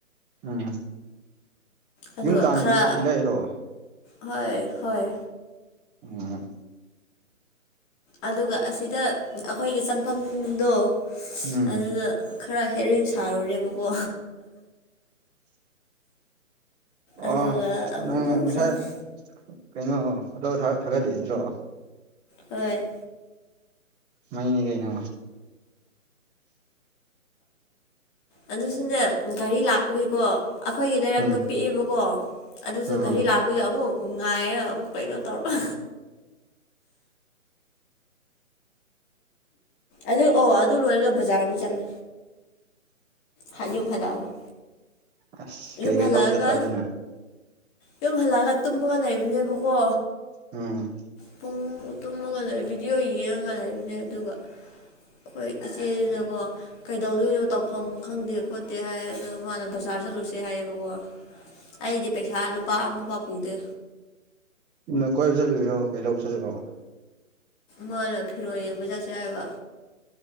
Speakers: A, on the right (about 15°); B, on the left (about 20°).
A: ꯎꯝ
B: ꯑꯗꯨꯒ
A: ꯌꯨꯝ ꯇꯥꯟꯅ
B: ꯈꯔ
A: ꯊꯤ ꯊꯤꯂꯛꯏꯔꯣ
B: ꯍꯣꯏ ꯍꯣꯏ
A: ꯎꯝ
B: ꯑꯗꯨꯒ ꯑꯁꯤꯗ ꯑꯩꯈꯣꯏꯒꯤ ꯆꯪꯐꯝꯗꯣ
A: ꯎꯝ
B: ꯑꯗꯨꯗ ꯈꯔ ꯍꯦꯔꯣꯏꯟ ꯁꯥꯔꯨꯔꯦꯕꯀꯣ ꯑꯗꯨꯒ
A: ꯑꯣ
B: ꯑꯃꯨꯛ
A: ꯅꯪ
B: ꯗꯨꯝ
A: ꯉꯁꯥꯏ
B: ꯆꯠꯂꯦ
A: ꯀꯩꯅꯣ ꯐꯣꯇꯣ ꯊꯥꯒꯠ ꯊꯥꯒꯠꯂꯤꯗꯔꯣ
B: ꯍꯣꯏ
A: ꯃꯩꯅꯤ ꯀꯩꯅꯣ
B: ꯑꯗꯨ ꯁꯨꯅꯦ ꯒꯥꯔꯤ ꯂꯥꯛꯄꯒꯤꯀꯣ ꯑꯩꯈꯣꯏꯒꯤ ꯂꯩꯔꯛꯇꯣ
A: ꯎꯝ
B: ꯄꯤꯛꯑꯦꯕꯀꯣ ꯑꯗꯨꯁꯨ
A: ꯑꯥ
B: ꯒꯔꯤ ꯂꯥꯛꯄꯒꯤ ꯑꯃꯨꯛ ꯉꯥꯏꯔ ꯑꯃꯨꯛ ꯀꯩꯅꯣ ꯇꯧꯔ ꯑꯗꯨ ꯑꯣ ꯑꯗꯨ ꯂꯣꯏꯔꯒ ꯕꯖꯥꯔ ꯑꯃꯨꯛ ꯆꯠꯂꯦ ꯍ ꯌꯨꯝ ꯍꯜꯂꯛꯑꯒꯥ
A: ꯑꯁ ꯀꯩꯀꯩ
B: ꯌꯨꯝ ꯍꯜꯂꯛꯑꯒꯥ
A: ꯂꯧꯕ ꯆꯠꯄ ꯑꯗꯨꯅ
B: ꯌꯨꯝ ꯍꯜꯂꯛꯑꯒ ꯇꯨꯝꯃꯒ ꯂꯩꯕꯅꯦꯕꯀꯣ
A: ꯎꯝ
B: ꯄꯨꯡ ꯇꯨꯝꯃꯒ ꯂꯩ ꯚꯤꯗꯤꯌꯣ ꯌꯦꯡꯉꯒ ꯂꯩꯕꯅꯦ ꯑꯗꯨꯒ ꯈꯣꯏ ꯏꯆꯦꯗꯨꯅꯀꯣ ꯀꯩꯗꯧꯗꯣꯏꯅꯣ ꯇꯧꯐꯝ ꯈꯪꯗꯦ ꯈꯣꯠꯇꯦ ꯍꯥꯏ ꯑꯗꯣ ꯃꯥꯅ ꯕꯖꯥꯔ ꯆꯠꯂꯨꯁꯦ ꯍꯥꯏꯌꯦꯕꯀꯣ ꯑꯩꯗꯤ ꯄꯩꯁꯥ ꯂꯨꯄꯥ ꯑꯃ ꯐꯥꯎ ꯄꯨꯗꯦ
A: ꯅ ꯀꯣꯏꯕ ꯆꯠꯂꯨꯢꯔꯣ ꯀꯩꯗꯧ ꯆꯠꯂꯨꯔꯣ
B: ꯃꯥꯅ ꯐꯤꯔꯣꯜ ꯌꯦꯡꯕ ꯆꯠꯁꯦ ꯍꯥꯏꯕ